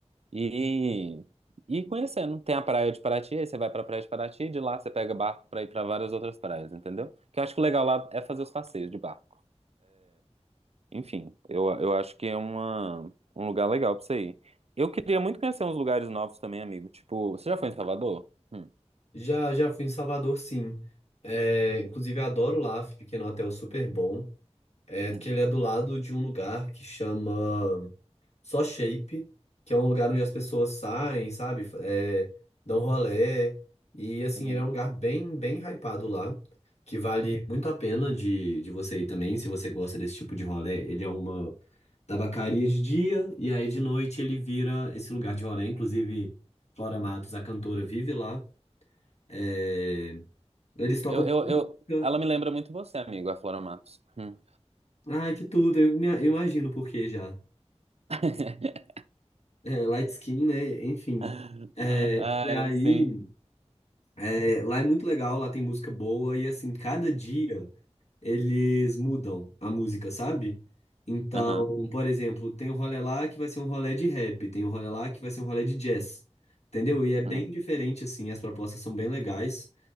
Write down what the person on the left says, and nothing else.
Já já fui em Salvador, sim. É, inclusive adoro lá, fiquei num hotel super bom. É
que ele é do lado de um lugar que chama só Shape, que é um lugar onde as pessoas saem, sabe? Fa- É, dão rolê. E assim,
ele é um lugar bem, bem hypado lá, que vale
muito a pena de, de você ir também, se você gosta desse tipo de rolê. Ele é uma tabacaria de dia, e aí de noite ele vira esse lugar de rolê. Inclusive, Flora Matos, a cantora, vive lá. É, Eles tocam
música.
Ai, que tudo, eu me- eu imagino por que já.
É, light skin, né? Enfim.
É,
e aí.
É, lá é muito legal, lá tem música boa e assim, cada dia eles mudam a música, sabe? Então,
por exemplo, tem um rolê lá que vai ser um rolê de rap, tem um rolê lá que vai ser um rolê de jazz, entendeu? E é bem
diferente, assim, as propostas são bem legais.